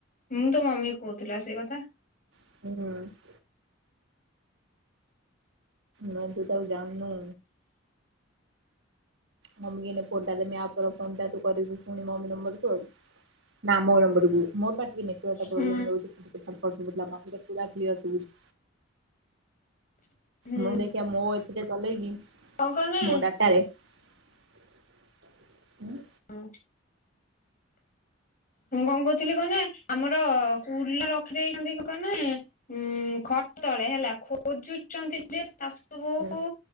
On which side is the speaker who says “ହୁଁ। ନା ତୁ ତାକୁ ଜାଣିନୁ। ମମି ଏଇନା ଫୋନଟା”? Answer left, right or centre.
Right